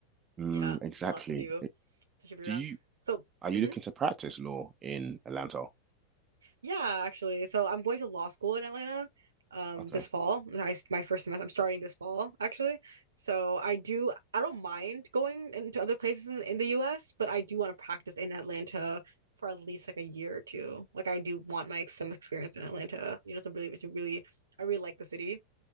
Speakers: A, on the right (about 25°); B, on the right (about 70°).
A: Mm,
B: Yeah,
A: exactly.
B: it's a lot to do, especially if you're
A: Do you
B: young. So
A: Are you
B: mhm.
A: looking to practice law in Atlanta?
B: Yeah, actually. So I'm going to law school in Atlanta um
A: Okay,
B: this fall. I, my first semester I'm starting this fall actually. So I do I don't mind going into other places in, in the US, but I do want to practice in Atlanta for at least like a year or two. Like I do want my some experience in Atlanta, you know, to really to really I really like the city.